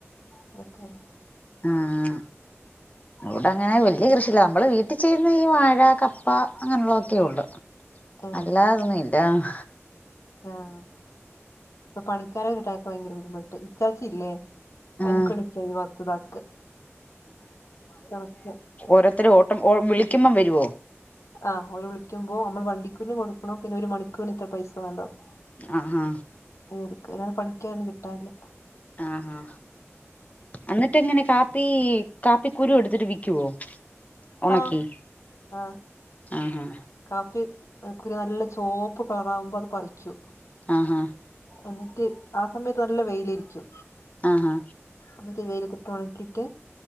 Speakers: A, on the left (about 85°); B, on the left (about 30°).
A: അതെക്കെ
B: ആഹ് ഇവിടങ്ങനെ വല്യ കൃഷില്ല നമ്മള് വീട്ടിൽ ചെയ്യുന്ന ഈ വാഴ കപ്പ അങ്ങനുള്ളതൊക്കേ ഒള്ള്
A: ആഹ്
B: അല്ലാതൊന്നുല്ലാഹ്
A: ആഹ് ഇപ്പൊ പണിക്കാരെ കിട്ടാക്കെ ഭയങ്കര ബുദ്ധിമുട്ട് ഇച്ചാച്ചില്ലേ അയിന്ക്കണിക്ക
B: ആഹ്
A: ഈ വക്താക്ക് കണക്ക്
B: ഓരോത്തരോട്ടം ഓ വിളിക്കുമ്പം വരുവോ
A: ആഹ് ഓര് വിളിക്കുമ്പോ അമ്മള് വണ്ടിക്കൂലിം കൊടുക്കണം പിന്നെ ഒരു മണിക്കൂറിത്തറ പൈസന്ന് ണ്ടാവും
B: ആഹാ
A: ഇവിടുക് <unintelligible> പണിക്കൊന്നും കിട്ടാനില്ല
B: ആഹാ അന്നിട്ടങ്ങനെ കാപ്പി കാപ്പി കുരു എടുത്തിട്ട് വിക്കുവോ ഒണക്കി
A: ആഹ് ആഹ്
B: ആഹാ
A: കാപ്പി കുരു നല്ല ചോപ്പ് കളറാവുമ്പോ അത് പറിക്കൂ
B: ആഹാ
A: എന്നിട്ട് ആ സമയത്ത് നല്ല വെയിലേരിക്കു
B: ആഹാ
A: അത് വേലത്തിട്ടൊണക്കീട്ട്